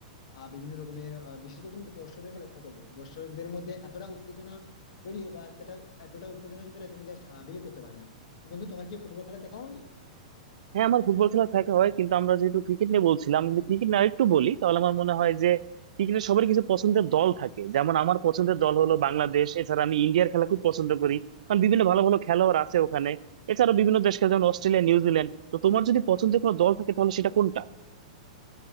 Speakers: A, on the left; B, on the right.
A: আহ, বিভিন্ন রকমের আহ, বিশেষ করে তুমি দর্শকদেরকে লক্ষ্য করবে দর্শকদের মধ্যে এতটা উত্তেজনা তৈরি হয় বা এতটা এতটা উত্তেজনা চলে তুমি জাস্ট বিলিভ করতে পারবে না তো বন্ধু তোমার কি ফুটবল খেলা দেখা হয়
B: হ্যাঁ আমার ফুটবল খেলা দেখা হয় কিন্তু আমরা যেহেতু ক্রিকেট নিয়ে বলছিলাম যদি ক্রিকেট নিয়ে আরেকটু বলি তাহলে আমার মনে হয় যে ক্রিকেটের সবার কিছু পছন্দের দল থাকে যেমন আমার পছন্দের দল হলো বাংলাদেশ এছাড়া আমি ইন্ডিয়ার খেলা খুব পছন্দ করি কারণ বিভিন্ন ভালো ভালো খেলোয়াড় আছে ওখানে এছাড়া বিভিন্ন দেশ খেলে যেমন অস্ট্রেলিয়া নিউজিল্যান্ড তো তোমার যদি পছন্দের কোনো দল থাকে তাহলে সেটা কোনটা